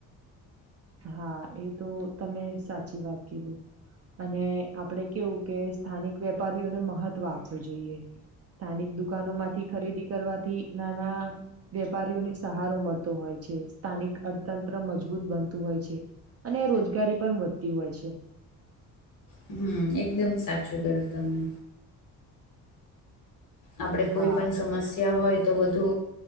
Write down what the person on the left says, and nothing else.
હમ્મ એકદમ સાચું કયું તમે આપણે કોઈ
પણ સમસ્યા હોય, તો વધુ